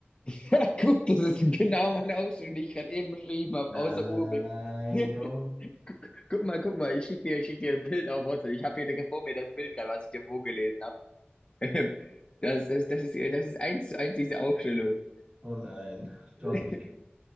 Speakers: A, on the left; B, on the right.
A: Ja, gut, das ist genau meine Ausstellung, die ich gerade eben beschrieben habe,
B: Nein,
A: außer Urbeck. <laughs>
B: Bro.
A: Guck, guck mal, guck mal, ich schicke dir, ich schick dir ein Bild auf WhatsApp. Ich habe hier direkt vor mir das Bild gerade, was ich dir vorgelesen habe. <laughs> Das, das, das ist, das ist eins zu eins diese Aufstellung.
B: Oh nein, du
A: <laughs>
B: hast mich